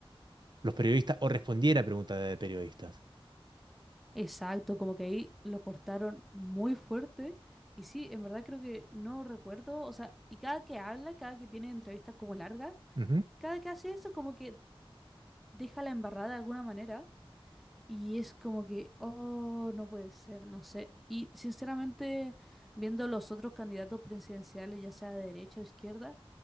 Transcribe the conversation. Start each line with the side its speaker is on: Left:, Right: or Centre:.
Right: los periodistas o respondiera a preguntas de periodistas.
Centre: Exacto, como que ahí lo cortaron muy fuerte. Y sí, en verdad creo que no recuerdo, o sea, y cada que habla, cada que tiene entrevistas como largas,
Right: Ujú,
Centre: cada que hace eso como que deja la embarrada de alguna manera. Y es como que, oh, no puede ser, no sé. Y sinceramente, viendo los otros candidatos presidenciales, ya sea de derecha o izquierda,